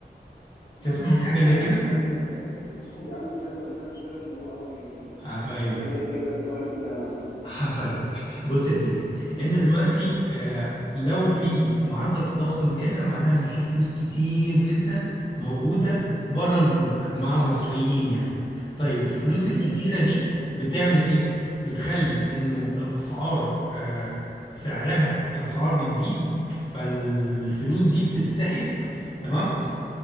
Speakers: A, on the left; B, on the left.
A: ما
B: تسمع
A: انا بشوفهم
B: عن حاجة زي
A: بيعلوا
B: كده؟
A: الفايده بشوفهم بيعلوا الفايده بس انا مش فاهم الموضوع قوي يعني برضه
B: هفهمك
A: يعني مش بلاقي فايده الفوايد بتعلى على طول
B: هفهمك بص يا سيدي
A: أوه،
B: انت دلوقتي آه، لو في معدل تضخم زيادة معناها ان في فلوس كتير جدا موجودة بره البنوك مع المصريين يعني طيب الفلوس
A: تمام
B: الكتيرة دي بتعمل ايه؟ بتخلي انه الاسعار آه، سعرها الاسعار بتزيد فالفلوس دي بتتسحب تمام